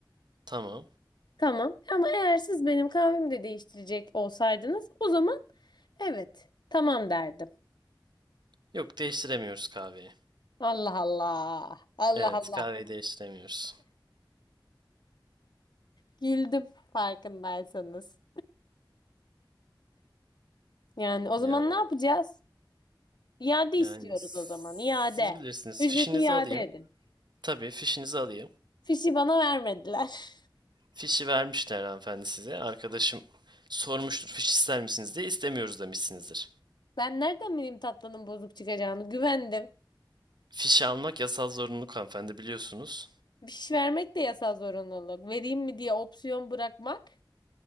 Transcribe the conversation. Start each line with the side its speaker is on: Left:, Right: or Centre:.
Right: Tamam.
Left: Tamam ama eğer siz benim kahvemi de değiştirecek olsaydınız o zaman evet tamam derdim.
Right: Yok değiştiremiyoruz kahveyi.
Left: Allah Allah. Allah
Right: Evet
Left: Allah.
Right: kahveyi değiştiremiyoruz.
Left: Güldüm farkındaysanız. Yani o
Right: Ya,
Left: zaman ne yapacağız? İade istiyoruz
Right: yani siz
Left: o zaman. İade.
Right: bilirsiniz.
Left: Ücreti
Right: Fişinizi
Left: iade
Right: alayım.
Left: edin.
Right: Tabii fişinizi alayım.
Left: Fişi bana vermediler. <laughs>
Right: Fişi vermişler hanımefendi size. Arkadaşım sormuştur fiş ister misiniz diye istemiyoruz demişsinizdir.
Left: Ben nereden bileyim tatlının bozuk çıkacağını? Güvendim.
Right: Fişe almak yasal zorunluluk hanımefendi biliyorsunuz.
Left: Fiş vermek de yasal zorunluluk. Vereyim mi diye opsiyon bırakmak